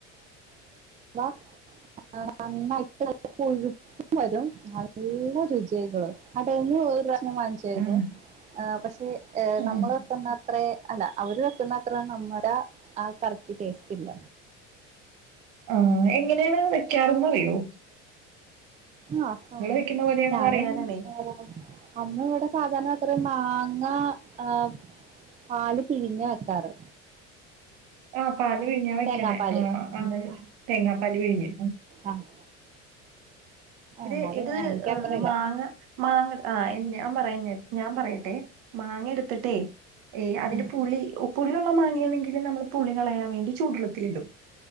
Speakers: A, on the right; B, on the right.
A: <unintelligible> ആ നന്നായിട്ട് കൊഴു വരും നല്ല രുചികളും കടേന്ന് ഒരു പ്രാവശ്യം വാങ്ങിച്ചു
B: ഉം,
A: പക്ഷെ
B: ഉം.
A: നമ്മള് വുന്നത്ര അല്ല അവര് വെക്കുന്ന അത്ര നമ്മുടെ ആ കറിക്ക് ടേസ്റ്റ് ഇല്ല.
B: ആ എങ്ങനെയാണ് വെക്കാറ്ന്ന്റിയോ?
A: ആ
B: വെക്കുന്ന പോലെയാണോ
A: ഞാനും
B: അറിയാനാണേ
A: <unintelligible> അമ്മ ഇവിടെ സാധാരണ അത്ര മാങ്ങ ആ പാല് പിഴിഞ്ഞ വെക്കാറ്.
B: ആഹ പാല് പിഴിഞ്ഞാ വെക്കണേ
A: തേങ്ങാപ്പാല്
B: ആ
A: ഉം
B: അങ്ങനെ തെങ്ങാപ്പാല് പിഴഞ്ഞ്
A: ആഹ്
B: ഇത്
A: എന്നാല്
B: ഇത്
A: എനിക്കത്രയില്ല
B: മാങ്ങ മാങ്ങ ആ ഞാൻ പറയ ഞാൻ പറയട്ടെ മാങ്ങ എടുത്തിട്ടേ ഏ അതിന്റെ
A: ഉം
B: പുളി പുളിയുള്ള മാങ്ങയാണെങ്കിൽ നമ്മള് പുളികളയാൻ വേണ്ടി ചൂടുള്ളത്തിൽ ഇടും.